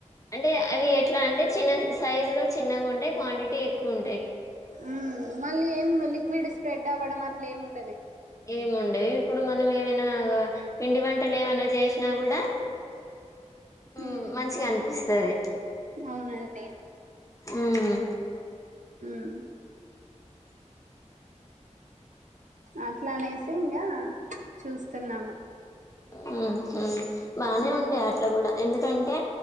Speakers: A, on the left; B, on the right.
A: అంటే అవి ఎట్లా అంటే చిన్న సైజు లో చిన్నగా ఉంటే క్వాంటిటీ ఎ కుం
B: ఉమ్ మళ్ళీ ఏం లిక్విడ్ స్ప్రెడ్ తవడం అట్లా ఏం ఉన్
A: ఏముండేవి ఇప్పుడు మ మనం ఏమైనా పిండి వంటలు ఏమైనా చేసినా కూడా
B: హ్మ్.
A: ఉమ్ మంచిగా అనిపిస్తది
B: అవునండి.
A: ఉమ్
B: ఉమ్ అట్లానేసి ఇంగా చూస్తున్నాము.
A: ఉహ్ ఉమ్ బానే
B: ఉమ్
A: ఉంటాయ్ అట్ల కూడా ఎందుక్ తంటే